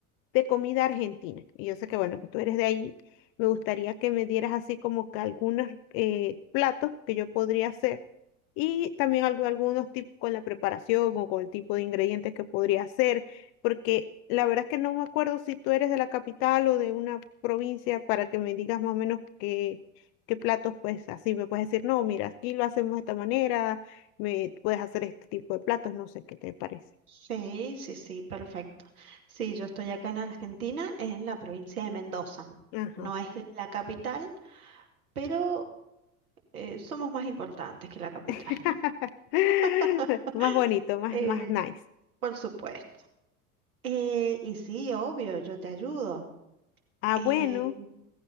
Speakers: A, on the left; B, on the right.
A: de comida argentina. Y yo sé que, bueno, que tú eres de ahí. Me gustaría que me dieras así como que algunos eh, platos que yo podría hacer y también algo- algunos tips con la preparación o con el tipo de ingredientes que podría hacer, porque la verdad es que no me acuerdo si tú eres de la capital o de una provincia para que me digas más o menos qué, qué platos, pues así me puedes decir, no, mira, aquí lo hacemos de esta manera, me puedes hacer este tipo de platos, no sé qué te parece.
B: Sí, sí, sí, perfecto. Sí, yo estoy acá en Argentina, en la provincia de Mendoza.
A: Ajá.
B: No es la capital, pero eh, somos más importantes que la capital.
A: <laughs>
B: <laughs>
A: Más bonito, más,
B: Eh,
A: más nice.
B: por supuesto. Eh, y sí, obvio, yo te ayudo.
A: Ah,
B: Eh,
A: bueno,